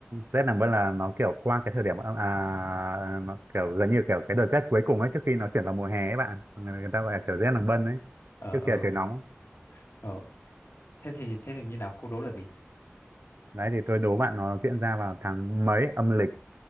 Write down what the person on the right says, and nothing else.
rét làm bân là nó kiểu qua cái thời điểm à, à, nó kiểu gần như kiểu cái đợt rét cuối cùng ấy trước khi nó chuyển vào mùa hè ấy bạn người người ta gọi là kiểu rét làm bân ấy
trước
khi là trời
nóng
đấy thì tôi đố bạn nó diễn ra vào tháng mấy âm lịch